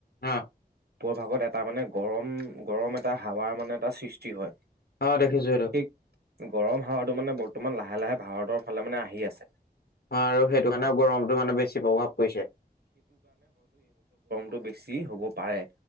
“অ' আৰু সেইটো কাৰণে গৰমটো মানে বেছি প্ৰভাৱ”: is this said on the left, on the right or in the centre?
Left